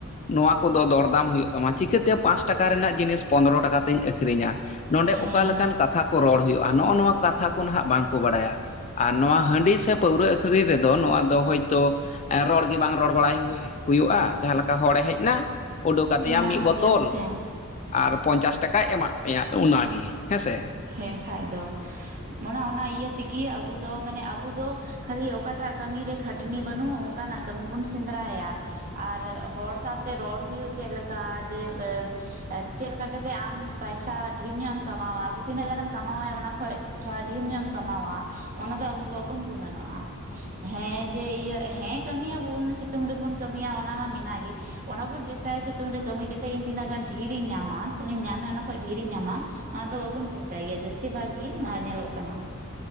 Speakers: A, on the left; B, on the right.
A: ᱱᱚᱣᱟ ᱠᱚᱫᱚ ᱫᱚᱨᱫᱟᱢ ᱦᱩᱭᱩᱜ ᱛᱟᱢᱟ ᱪᱤᱠᱟᱹᱛᱮ ᱯᱟᱸᱪ ᱴᱟᱠᱟ ᱨᱮᱱᱟᱜ ᱡᱤᱱᱤᱥ ᱯᱚᱱᱨᱚ ᱴᱟᱠᱟ ᱛᱤᱧ ᱟᱹᱠᱷᱨᱤᱧᱟ᱾ ᱱᱚᱰᱮ
B: ᱦᱮᱸ
A: ᱚᱠᱟ ᱞᱮᱠᱟᱱ ᱠᱟᱛᱷᱟ ᱠᱚ ᱨᱚᱲ ᱦᱩᱭᱩᱜᱼᱟ, ᱱᱚᱜᱼᱚ ᱱᱚᱣᱟ ᱠᱟᱛᱷᱟ ᱠᱚ ᱱᱟᱦᱜ ᱵᱟᱝᱠᱚ ᱵᱟᱲᱟᱭᱟ, ᱟᱨ ᱱᱚᱣᱟ ᱦᱟᱺᱰᱤ ᱥᱮ ᱯᱟᱹᱣᱨᱟᱹ ᱯᱩᱠᱷᱨᱤ ᱨᱮᱫᱚ ᱱᱚᱣᱟ ᱫᱚ ᱦᱳᱭᱛᱚ ᱨᱚᱲ ᱜᱮ ᱵᱟᱝ ᱨᱚᱲ ᱵᱟᱲᱟᱭ ᱦᱩᱭᱩᱜᱼᱟ ᱡᱟᱦᱟᱸ ᱞᱮᱠᱟ ᱦᱚᱲᱮ ᱦᱮᱡ ᱱᱟ ᱩᱰᱩᱜ ᱟᱫᱮᱭᱟᱢ
B: ᱮᱢᱟᱣᱟᱫᱮᱭᱟᱢ
A: ᱢᱤᱫ ᱵᱳᱛᱚᱞ
B: ᱦᱮᱸ
A: ᱟᱨ ᱯᱚᱧᱪᱟᱥ ᱴᱟᱠᱟᱭ ᱮᱟᱜ ᱢᱮᱭᱟ ᱚᱱᱟᱜᱤ ᱦᱮᱸᱥᱮ?
B: ᱦᱮᱸ ᱠᱷᱟᱡ ᱫᱚ ᱢᱟᱱᱮ ᱚᱱᱟ ᱤᱭᱟᱹ ᱛᱮᱜᱮ ᱟᱵᱩ ᱫᱚ ᱢᱟᱱᱮ ᱟᱵᱩ ᱫᱚ ᱠᱷᱟᱹᱞᱤ ᱚᱠᱟᱴᱟᱜ ᱠᱟᱹᱢᱤᱨᱮ ᱠᱷᱟᱹᱴᱱᱤ ᱵᱟᱹᱱᱩᱜ ᱚᱱᱠᱟᱱᱟᱜ ᱠᱟᱹᱢᱤ ᱵᱚᱱ ᱥᱮᱸᱫᱽᱨᱟᱭᱟ᱾ ᱟᱨ ᱦᱚᱲ ᱥᱟᱶᱛᱮ ᱨᱚᱲ ᱦᱩᱭᱩᱜ ᱪᱮᱫᱞᱮᱠᱟ ᱡᱮ ᱮ ᱪᱮᱫ ᱞᱮᱠᱟ ᱠᱟᱛᱮᱜ ᱟᱢ ᱯᱮᱭᱥᱟ ᱰᱷᱮᱨ ᱧᱚᱜ ᱮᱢ ᱠᱟᱢᱟᱣᱟ ᱛᱤᱱᱟᱹᱜ ᱜᱟᱱᱮᱢ ᱠᱟᱢᱟᱣᱣᱟ ᱚᱱᱟ ᱠᱷᱚᱪ ᱛᱷᱚᱲᱟ ᱰᱷᱮᱨ ᱧᱚᱜ ᱮᱢ ᱠᱟᱢᱟᱣᱟ ᱚᱱᱟ ᱫᱚ ᱟᱵᱚ ᱵᱟᱵᱚᱱ ᱜᱩᱱᱟᱹᱱᱚᱜᱼᱟ᱾ ᱦᱮᱸ ᱡᱮ ᱤᱭᱟᱹ ᱦᱮᱸ ᱠᱟᱹᱢᱤᱭᱟᱵᱚᱱ ᱥᱤᱛᱩᱝ ᱨᱮᱵᱚᱱ ᱠᱟᱹᱢᱤᱭᱟ ᱚᱱᱟ ᱢᱮ ᱢᱮᱱᱟᱜ ᱜᱮ᱾ ᱚᱱᱟ ᱵᱚᱱ ᱪᱮᱥᱴᱟᱭᱟ ᱥᱤᱛᱩᱝ ᱨᱮ ᱠᱟᱹᱢᱤ ᱠᱟᱛᱮᱜ ᱤᱧ ᱛᱤᱱᱟᱹᱜ ᱜᱟᱱ ᱰᱷᱮᱨ ᱤᱧ ᱧᱟᱢᱟ, ᱛᱤᱱᱟᱹᱜ ᱜᱟᱱ ᱤᱧ ᱧᱟᱢᱟ ᱚᱱᱟ ᱠᱷᱚᱱᱚᱡ ᱰᱷᱨᱤ ᱤᱧ ᱧᱟᱢᱟ, ᱚᱱᱟ ᱫᱚ ᱵᱟᱵᱩᱱ ᱪᱮᱥᱴᱟᱭ ᱜᱮᱭᱟ ᱡᱟᱹᱥᱛᱤ ᱵᱷᱟᱜ ᱜᱮᱤ ᱱᱚᱣᱟ ᱧᱮᱞᱚᱜ ᱠᱟᱱᱟ᱾